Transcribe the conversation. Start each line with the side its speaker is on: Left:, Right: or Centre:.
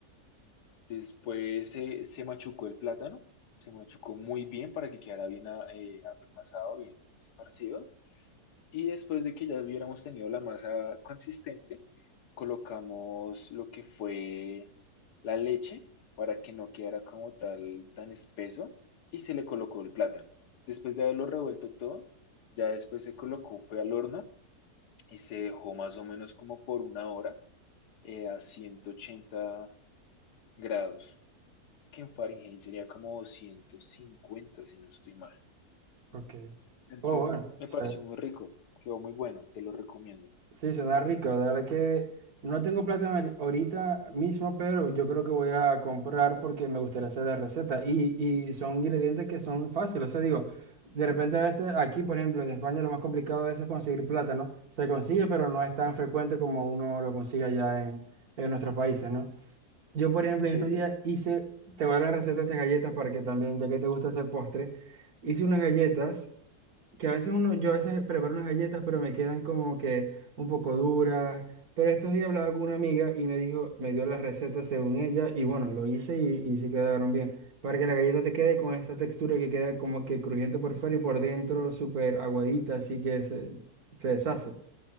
Left: Después se, se machucó el plátano, se machucó muy bien para que quedara bien a- eh, apelmazado, bien esparcido. Y después de que ya hubiéramos tenido la masa consistente, colocamos lo que fue la leche para que no quedara como tal tan espeso y se le colocó el plátano. Después de haberlo revuelto todo, ya después se colocó, fue al horno y se dejó más o menos como por una hora eh, a 180 grados, que en Fahrenheit sería como 150 si no estoy mal.
Right: Ok.
Left: Entonces,
Right: Oh, bueno.
Left: me pareció
Right: o
Left: muy rico, quedó muy bueno, te lo recomiendo.
Right: sí, suena rico. De verdad que no tengo plátano ahori- ahorita mismo, pero yo creo que voy a comprar porque me gustaría hacer la receta. Y, y son ingredientes que son fáciles. O sea, digo, de repente a veces aquí, por ejemplo, en España lo más complicado a veces es conseguir plátano. Se consigue, pero no es tan frecuente como uno lo consigue allá en, en nuestros países, ¿no? Yo, por ejemplo,
Left: Sí.
Right: en estos días hice, te voy a dar la receta de estas galletas para que también, ya que te gusta hacer postre, hice unas galletas. que a veces uno, yo a veces preparo unas galletas, pero me quedan como que un poco duras. Pero estos días hablaba con una amiga y me dijo, me dio la receta según ella, y bueno, lo hice y, y sí quedaron bien. Para que la galleta te quede con esta textura que queda como que crujiente por fuera y por dentro súper aguadita, así que se, se deshace.